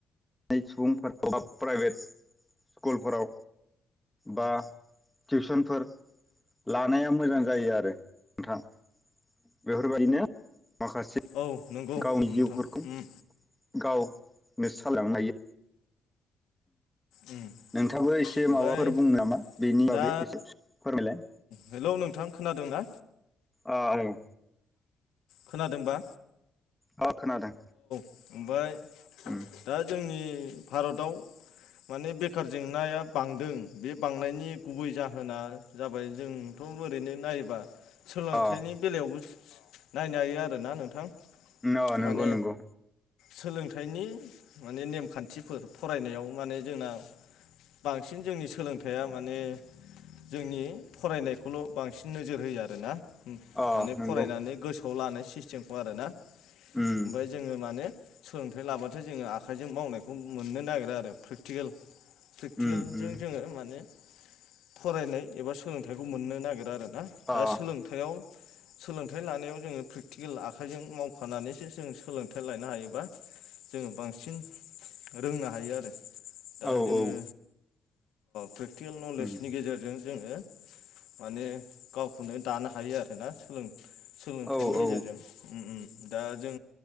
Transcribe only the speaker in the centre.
नाय सुबुंफोर बा प्राइभेट स्कुलफोराव बा टिउसनफोर लानाया मोजां जायो आरो नोंथां। बेफोरबायदिनो माखासे
गावनि
जिउफोर खौ
गावनो सालायलांनो हायो।
नोंथाङाबो एसे
माबाफोर बुनो नामा? बेनि बागै
एसे फोरमायलाय।
आ ओं
अ खोनादों।
उम
अ
न नंगौ
नंगौ।
अ
नंगौ
उम
उम उम
अ
औ
औ
उम
औ
औ